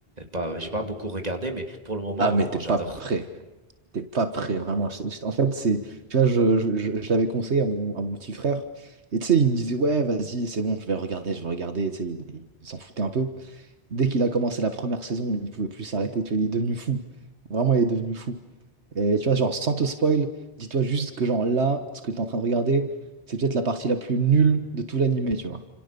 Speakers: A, on the right; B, on the right.
A: pas, j'ai pas beaucoup regardé, mais pour le moment,
B: Ah,
A: vraiment,
B: mais t'es
A: j'adore.
B: pas prêt. T'es pas prêt, vraiment. Je- je- En fait, c'est. Tu vois, je, je, je- je l'avais conseillé à mon, à mon petit frère. Et tu sais, il me disait, ouais, vas-y, c'est bon, je vais regarder, je vais regarder. Tu sais, il, il s'en foutait un peu. Dès qu'il a commencé la première saison, il pouvait plus s'arrêter. Tu vois, il est devenu fou. Vraiment, il est devenu fou. Et tu vois, genre, sans te spoil, dis-toi juste que, genre, là, ce que t'es en train de regarder, c'est peut-être la partie la plus nulle de tout l'animé, tu vois.